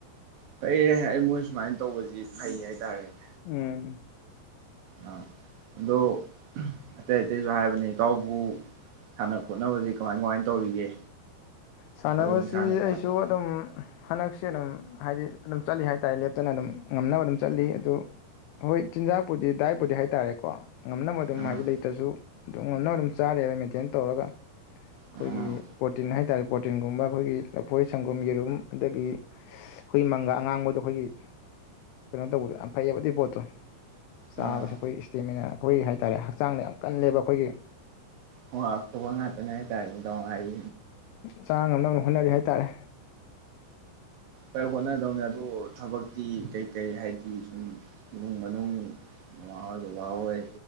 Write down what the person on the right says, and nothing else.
ꯐꯩ ꯑꯩ ꯃꯣꯏ ꯁꯨꯃꯥꯏꯅ ꯇꯧꯕꯁꯤ ꯐꯩ ꯍꯥꯏꯇꯥꯔꯦꯅꯦ
ꯑꯥ ꯑꯗꯣ ꯑꯇꯩ ꯑꯇꯩꯁꯨ ꯍꯥꯏꯕꯅꯤ ꯏꯇꯥꯎꯕꯨ ꯁꯥꯟꯅ ꯈꯣꯠꯅꯕꯁꯤ ꯀꯃꯥꯏ ꯀꯃꯥꯏꯅ ꯇꯧꯔꯤꯒꯦ
ꯊꯕꯛ ꯏꯪꯈꯥꯡꯅ ꯀꯃꯥꯏꯅ
ꯎꯝ
ꯎꯝ
ꯑꯥ
ꯍ ꯑꯐꯕ ꯉꯥꯛꯇꯅꯤꯍꯥꯏ ꯇꯔꯦ ꯇꯣꯡꯉꯥꯏ
ꯎꯝ ꯍꯣꯠꯅꯗꯧꯅꯦ ꯑꯗꯨ ꯊꯕꯛꯀꯤ ꯀꯩ ꯀꯩ ꯍꯥꯏꯗꯤ ꯁꯨꯝ ꯏꯃꯨꯡ ꯃꯅꯨꯡ ꯃꯃꯥꯍꯣꯏ ꯕꯕꯥꯍꯣꯏ